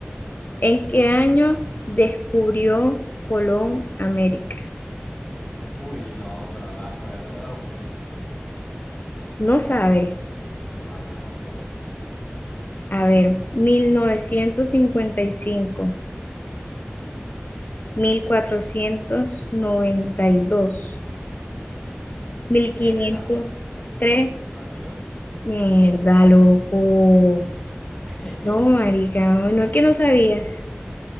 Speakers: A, on the left (about 50°); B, on the left (about 25°).
A: ¿En qué año descubrió Colón América?
B: Uy, no, me mataste. A ver, dame las opciones.
A: No sabes.
B: No, dame las opciones.
A: A ver, mil mil novecientos cincuenta y y cinco,
B: Ujú.
A: mil cuatrocientos noventa y dos, mil quinientos
B: Es esa, mil
A: tres,
B: cuatrocientos noventa y dos
A: Mierda, loco.
B: <laughs>
A: No, marica, no, no es que no sabías.